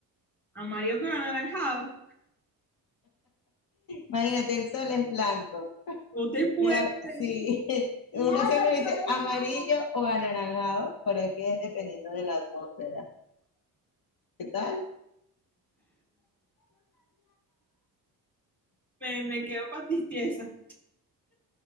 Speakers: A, in the centre; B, on the left (about 65°).
A: amarillo con anaranjado.
B: Imagínate, el sol es blanco,
A: Usted puede.
B: pero a-
A: creer?
B: si <laughs> uno siempre dice amarillo o anaranjado, pero es que es dependiendo de la atmósfera. ¿Qué tal?
A: Me, me quedo patistiesa.